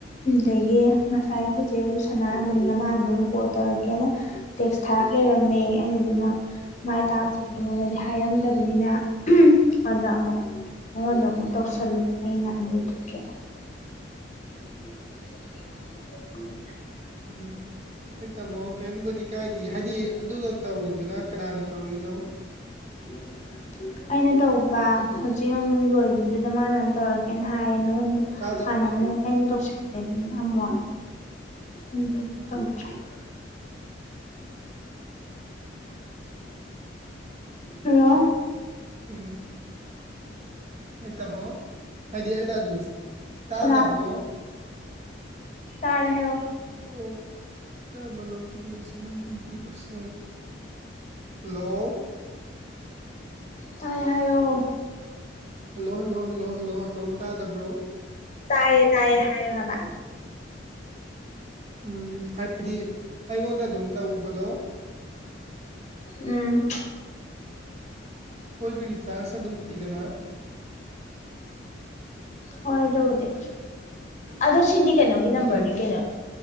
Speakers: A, on the left; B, on the right.
A: ꯗꯒꯤ ꯉꯁꯥꯏ ꯈꯣꯏꯆꯦꯒꯁꯨ ꯁꯅꯥ <unintelligible> ꯃꯥꯅ ꯗꯨꯝ ꯀꯣꯜ ꯇꯧꯔꯛꯀꯦꯅ ꯇꯦꯛꯁ ꯊꯥꯔꯛ ꯂꯩꯔꯝꯃꯦ ꯑꯩꯅꯗꯤ ꯃꯥ ꯃꯥꯏ ꯇꯥꯕ ꯆꯠꯄꯗꯣ ꯃꯉꯣꯟꯗꯗꯤ ꯍꯥꯏꯔꯝꯗꯕꯅꯤꯅ ꯑꯗ ꯑꯃꯨꯛ ꯃꯉꯣꯟꯗ ꯑꯃꯨꯛ ꯇꯧꯁꯜꯂꯨꯕ ꯑꯩꯅ ꯑꯗꯨꯗꯨꯒꯤ <inaudible> <inaudible>
B: ꯎꯝ ꯍꯣꯏ ꯇꯝꯃꯣ ꯀꯩꯝꯕꯨꯗꯤ ꯀꯥꯏꯗꯤꯌꯦ ꯍꯥꯏꯗꯤ ꯑꯗꯨꯗꯣ ꯇꯧꯔꯤꯗꯨꯅ ꯀꯅꯥꯅ ꯇꯧꯔꯤꯅꯣ
A: <inaudible> ꯑꯩꯅ ꯇꯧꯕ ꯍꯧꯖꯤꯛ ꯑꯃꯨꯛ ꯂꯣꯏꯒꯤꯕꯗꯨꯗ ꯃꯥꯅ ꯑꯃꯨꯛ ꯇꯧꯔꯛꯀꯦꯅ ꯍꯥꯏꯌꯦ ꯅꯪꯉꯣꯟꯗ
B: ꯇꯥꯗꯕ
A: ꯍꯥꯟꯅ ꯑꯃꯛ ꯑꯩꯅ ꯇꯧꯁꯤꯜꯂꯦꯗꯅ ꯑꯃꯨꯛ ꯑꯗꯨꯗꯨꯒꯤ ꯇꯧꯗ꯭ꯔꯦ <inaudible> ꯍꯜꯂꯣ
B: ꯎꯝ ꯍꯣꯏ ꯇꯥꯃꯣ ꯍꯥꯏꯗꯤ ꯑꯩꯅ ꯑꯗꯨꯝ ꯇꯥꯗꯕ꯭ꯔꯣ
A: ꯁꯂꯥꯝ ꯇꯥꯔꯦ ꯍꯥꯏꯔꯣ
B: ꯑꯣ ꯀꯝꯕꯅꯣ ꯇꯤꯕꯦꯁ ꯁꯦꯝꯕꯥꯝ ꯅꯥꯏꯟꯇꯤ ꯄꯔꯁꯦꯟ ꯍꯜꯂꯣ
A: ꯇꯥꯏ ꯍꯥꯏꯌꯑꯣ
B: hello hello hello hello hello ꯇꯥꯗꯕ꯭ꯔꯣ
A: ꯇꯌꯦ ꯇꯌꯦ ꯍꯌꯦ ꯍꯕ
B: ꯎꯝ ꯍꯥꯏꯕꯗꯤ ꯑꯩꯒꯣꯟꯗ ꯑꯗꯨꯝ ꯇꯧꯕꯗꯣ
A: ꯎꯝ
B: ꯀꯣꯏꯕꯒꯤ ꯆꯥꯡꯁ ꯑꯗꯨꯝ ꯂꯩꯗꯅ
A: ꯍꯣꯌ ꯑꯗꯨꯕꯨꯗꯤ ꯑꯗꯣ ꯁꯤꯗꯤ ꯀꯩꯅꯣꯒꯤ ꯅꯝꯕꯔꯅꯤ
B: ꯑꯗꯨꯗꯨꯒꯤ
A: ꯀꯩꯅꯣ